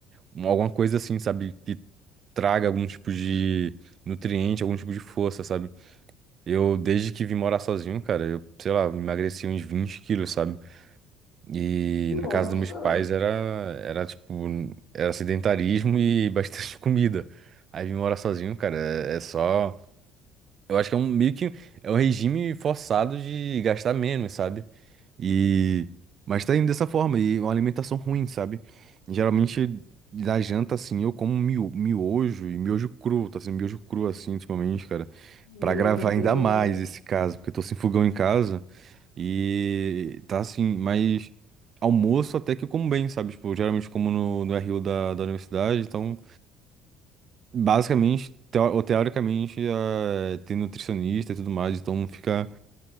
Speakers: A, on the right; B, on the left.
A: uma- alguma coisa assim, sabe? Que traga algum tipo de nutriente, algum tipo de força, sabe? Eu, desde que vim morar sozinho, cara, eu, sei lá, emagreci uns 20 quilos, sabe? E
B: Nossa,
A: na casa dos meus pais era, era tipo, era sedentarismo e <laughs> bastante comida. Aí vim morar sozinho, cara, é, é só. Eu acho que é um meio que é um regime forçado de gastar menos, sabe? E. Mas tá indo dessa forma, e uma alimentação ruim, sabe? Geralmente na janta, assim, eu como mio- miojo e miojo cru, tá sendo miojo cru assim ultimamente, cara.
B: meu
A: Pra gravar
B: Deus.
A: ainda mais esse caso, porque eu tô sem fogão em casa. E tá assim, mas almoço até que eu como bem, sabe? Tipo, eu geralmente como no, no RU da, da universidade, então basicamente, teo- ou teoricamente, eh, tem nutricionista e tudo mais, então fica,